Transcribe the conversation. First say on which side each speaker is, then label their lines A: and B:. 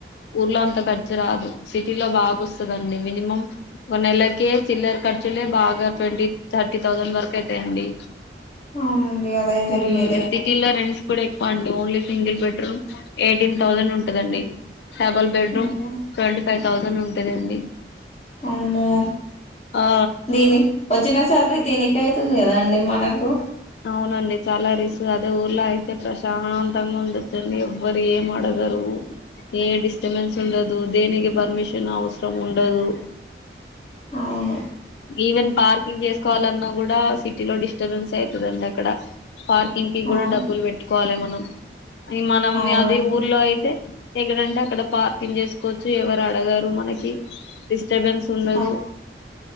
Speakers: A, on the left (about 75°); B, on the left (about 35°).
A: ఊర్లో అంత ఖర్చు ర్చ రాదు సిటీ లో బాగా వస్తుందండి మినిమం ఒక నెలక చిల్లర ఖర్చులే బాగా ట్వంటీ థర్టీ థౌజండ్ వరకు అయితాయిడి
B: అవునండి అదయితే
A: ఓ
B: రియలే
A: సిటీలా రెండ్స్ కూడా ఎ only single bedroom eighteen thousand ఉంటందండి double bed
B: um
A: room twenty five thousand ఉంటదండి
B: అమ్మో
A: ఆ
B: దీని వచ్చిన శాలరీ దీనికి అవుతుంది కదా అండి మనకు
A: అవునండి చాలా రిస్క్ అదే ఊర్లో అయితే ప్రశాంతంగా ఉండొచ్చండి ఎవ్వరు ఏం ఆడగరు ఏ డిస్టబెన్స్ ఉండదు దేనికి పర్మిషన్ అవసరం ఉండదు
B: అవును
A: ఈవెన్ పార్కింగ్ చేసుకోవాలన్నా కూడా సిటీలో డిస్టర్బెన్స్ అవుతుందండి అక్కడ పార్కింగ్ కి కూడా
B: అవు
A: డబ్బులు పెట్ కోవాలి మనం ఇది మనం
B: అవునండి
A: అది ఊర్లో అయితే ఎక్కడంటే అక్కడ పార్కింగ్ చేసుకోవచ్చు ఎవరు అడగరు మనకి డిస్ డిస్టర్బెన్స్ ఉండదు
B: అవును